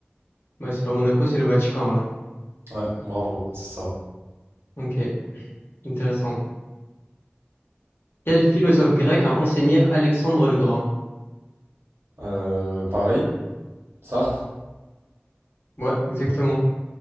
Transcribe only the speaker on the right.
Ouais, bravo, c'est ça.
Euh, pareil, Sartre.